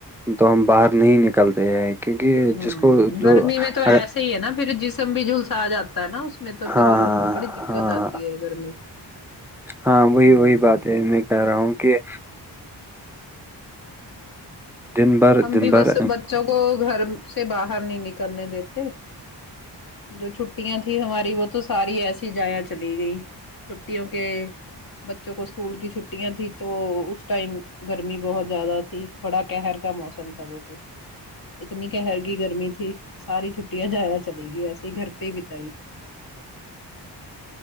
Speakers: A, in the centre; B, on the left (about 50°).
A: تو ہم باہر نہیں نکلتے ہیں کیونکہ
B: ہوں
A: جس کو جو
B: گرمی میں تو
A: ہاں
B: ایسے ہی ہے نا پھر جسم بھی جھولسا آ جاتا ہے نا اس میں تو پھر
A: ہاں
B: بڑی دقت
A: ہاں
B: آتی ہے گرمی
A: ہاں وہی
B: ہوں
A: وہی بات ہے میں کہہ رہا ہوں کہ دن بھر
B: ہم
A: دن
B: بھی
A: بھر
B: بس بچوں کو گھر سے باہر نہیں نکلنے دیتے جو چھٹیاں تھیں ہماری وہ تو ساری ایسی زایا چلی گئی چھٹیوں کے بچوں کو اسکول کی چھٹیاں تھی تو اس ٹائم گرمی بہت زیادہ تھی بڑا قہر کا موسم تھا وہ تو اتنی قہر کی گرمی تھی ساری چھٹیاں جایا چلی گئی ایسے ہی گھر پہ ہی بتائی